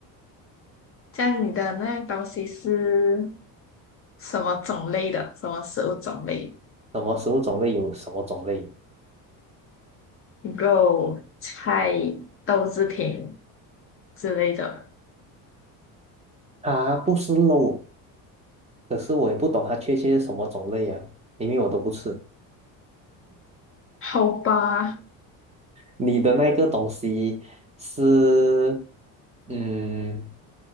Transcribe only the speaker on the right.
什么食物种类有什么种类？
它不是肉，可是我也不懂它确切是什么种类呀、因为我都不吃。
你的那个东西是，嗯，